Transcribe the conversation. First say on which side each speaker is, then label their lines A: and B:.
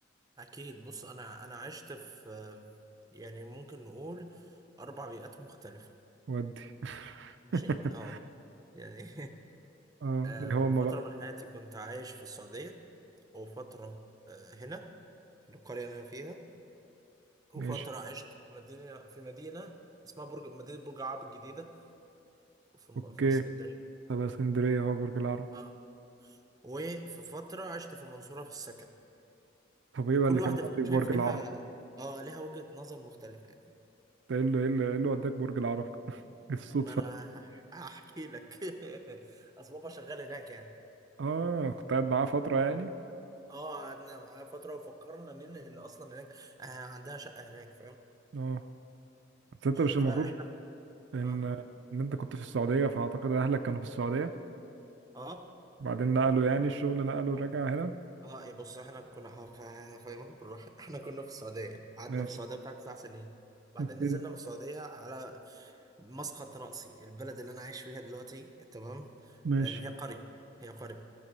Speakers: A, on the right; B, on the right.
A: اكيد بص انا انا عشت في آه، يعني ممكن نقول اربع بيئات مختلفه
B: ودي
A: ماشي
B: <laughs>
A: اه يعني <laughs>
B: اه
A: آه،
B: ايه
A: في
B: هما
A: فتره
B: بقى
A: من حياتي كنت عايش في السعوديه وفتره آه، هنا في القريه اللي انا فيها وفتره
B: ماشي
A: عشت في مدينه في مدينه اسمها برج مدينه برج العرب الجديده في الم-
B: اوكي
A: في اسكندريه
B: طب اسكندرية اهو برج العرب
A: اه وفي فتره عشت في المنصوره في السكن
B: طب ايه
A: وكل
B: بقى اللي
A: واحدة
B: كان معطيك
A: فيهم شايف
B: برج
A: ليها
B: العرب
A: اه ليها وجهة نظر مختلفة يعني فاهم؟
B: إيه اللي ايه اللي إيه اللي وداك برج العرب <laughs> الصدفة
A: ما انا <laughs> هح- هحكي لك <laughs> اصل بابا شغال هناك يعني
B: اه كنت قاعد معاه فترة يعني
A: اه قعدنا معاه فترة وفكرنا ننقل اصلا هناك آه عندها شقة هناك فاهم
B: اه بس انت مش
A: فاحنا
B: المفروض ان
A: اه
B: ان انت كنت في السعودية فاعتقد اهلك كانوا في السعودية
A: اه
B: بعدين نقلوا يعني الشغل نقلوا
A: اه
B: رجع هنا
A: آه، إيه، بص احنا كنا هف- هفهمك بالراحة <laughs> احنا كنا في السعودية يعني. قعدنا
B: ماشي
A: في السعودية بتاع تسع سنين بعدين
B: اوكي
A: نزلنا من السعودية على مسقط رأسي البلد اللي أنا عايش فيها دلوقتي تمام
B: ماشي
A: آه، اللي هي قرية هي قرية